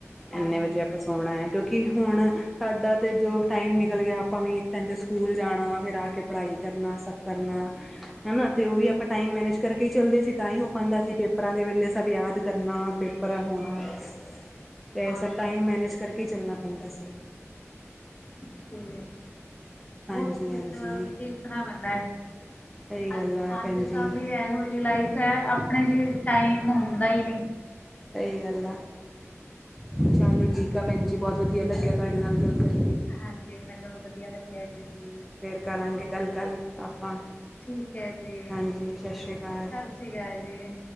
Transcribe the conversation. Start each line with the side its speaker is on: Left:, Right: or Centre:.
Left: ਹਾਂ
Centre: ਇੰਨੇ ਵਜੇ ਆਪਾਂ ਸੋਣਾ ਹੈ, ਕਿਉਂਕਿ ਹੁਣ ਸਾਡਾ ਤੇ ਜੋ ਟਾਈਮ ਨ- ਨਿਕਲ ਗਿਆ ਆਪਾਂ ਵੀ ਟਾਈਮ 'ਤੇ ਸਕੂਲ ਜਾਣਾ ਫੇਰ ਆ ਕੇ ਪੜਾਈ ਕਰਨਾ ਸਭ ਕਰਨਾ। ਹਨਾ ਤੇ ਉਹ ਵੀ ਆਪਾਂ ਟਾਈਮ ਮੈਨੇਜ ਕਰਕੇ ਹੀ ਚੱਲਦੇ ਸੀ, ਤਾਂ ਹੀ ਹੋ ਪਾਉਂਦਾ ਸੀ ਪੇਪਰਾਂ ਦੇ ਵਿੱਚ। ਪਹਿਲੇ ਸਬ ਯਾਦ ਕਰਨਾ ਪੇਪਰ ਹੋਣਾ ਤੇ
Left: ਹਾਂ
Centre: ਟਾਈਮ ਮੈਨੇਜ ਕਰਕੇ ਈ ਚੱਲਣਾ ਪੈਂਦਾ ਸੀ
Left: ਠੀਕ ਐ, ਬਹੁਤ
Centre: ਹਾਂਜੀ
Left: ਕੁਛ
Centre: ਹਾਂਜੀ
Left: ਦੇਖਣਾ ਪੈਂਦਾ ਅ
Centre: ਸਹੀ ਗੱਲ ਆ
Left: ਅੱਜ
Centre: ਭੈਣ ਜੀ
Left: ਕੱਲ ਦੀ ਇਹੋ ਜਿਹੀ ਲਾਈਫ ਹੈ ਆਪਣੇ ਲਈ ਟਾਈਮ ਹੁੰਦਾ ਹੀ ਨਹੀਂ
Centre: ਸਹੀ ਗੱਲ ਆ, ਚਲੋ ਠੀਕ ਆ ਭੈਣ ਜੀ ਬਹੁਤ ਵਧੀਆ ਲੱਗਿਆ ਤੁਹਾਡੇ ਨਾਲ ਗੱਲ ਕਰ ਕੇ
Left: ਹਾਂਜੀ ਮੈਨੂੰ ਵੀ ਵਧੀਆ ਲੱਗਿਆ
Centre: ਜੀ ਫੇਰ ਕਰਾਂਗੇ ਕੱਲ੍ਹ ਗੱਲ ਆਪਾਂ
Left: ਠੀਕ ਹੈ ਜੀ
Centre: ਹਾਂਜੀ ਸਤਿ ਸ਼੍ਰੀ ਅਕਾਲ
Left: ਸਤਿ ਸ਼੍ਰੀ ਅਕਾਲ ਜੀ